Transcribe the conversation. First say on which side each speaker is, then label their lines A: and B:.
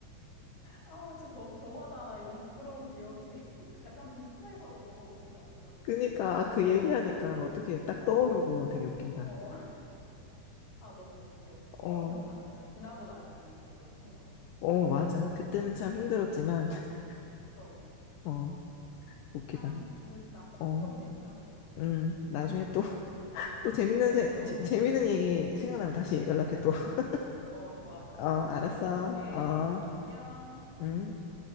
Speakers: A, on the left; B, on the left.
A: 아, 진짜 더, 저마다 이런 부끄러운 기억이 <laughs> 약간 비슷해서 더 웃기다, 뭔가 그런
B: 그니까,
A: 게, 그치?
B: 아, 그
A: 경험이.
B: 얘기하니까 어떻게 딱 떠오르고 되게 웃긴다.
A: 어, <laughs> 아, 너무 웃기다. 역시 추억은
B: 어,
A: 다 진짜 지나고 나면은 다 이렇게 웃긴가 봐, 뭔가.
B: 어, 맞아. 그때는 참 힘들었지만, <laughs>
A: 그러게.
B: 어, 웃기다.
A: 아, 재밌다.
B: 어,
A: 추억 얘기하는 거.
B: 음, 나중에 또, <laughs> 또 재밌는,
A: 그래,
B: 세,
A: 또,
B: 재- 재밌는 얘기 생각나면 다시 연락해 또. <laughs>
A: 어, 좋아, 좋아.
B: 어, 알았어.
A: 또 연락할게.
B: 어,
A: 안녕.
B: 음.